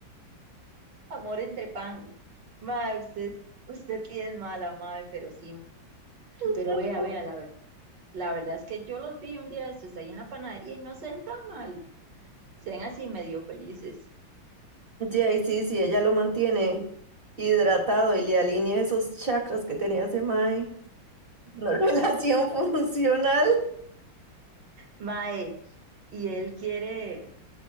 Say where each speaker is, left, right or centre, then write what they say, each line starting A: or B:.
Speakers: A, on the right; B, on the right.
A: Amor entre Pan. Madre, usted, usted sí es mala, madre, pero sí.
B: <laughs>
A: Pero vea, vea, la, ver- la verdad es que yo los vi un día de estos ahí en la panadería y no se ven tan mal. sean así medio felices.
B: Ya, y sí, sí, ella lo mantiene hidratado y le alinea esos chakras que tenía ese mae. No, <laughs> relación funcional,
A: Mae, y él quiere,